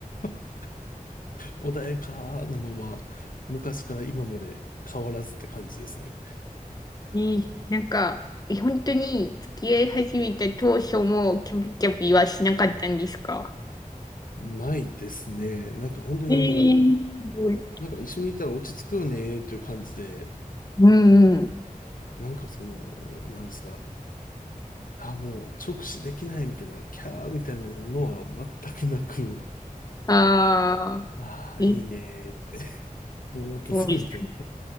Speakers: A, on the left (about 70°); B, on the left (about 25°).
A: <laughs> 穏やかなまま、昔から今まで変わらずって感じですね。
B: えーなんか、え本当に付き合い始めた当初もキャピキャピはしなかったんですか
A: ないですね。なんか本当にあの、
B: ええーすごい
A: なんか一緒にいたら落ち着くよねっていう感じで、
B: うんうん。
A: なんかその、なんですか、あ、もう直視できないみたいな、キャーみたいなのは全くなく、
B: ああ、
A: ああ、
B: え、
A: いいねーって、ぼーっとするみたいな。
B: そうです。